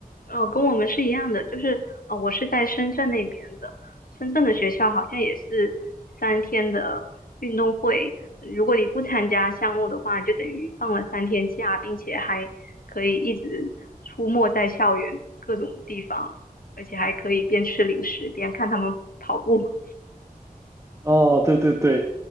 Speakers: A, on the left; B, on the right.
A: 哦，跟我们是一样的，就是哦，我是在深圳那边的，深圳的学校好像也是三天的运动会，如果你不参加项目的话，你就等于放了三天假，并且还可以一直出没在校园各种地方，而且还可以边吃零食边看他们跑步。
B: 哦，对对对，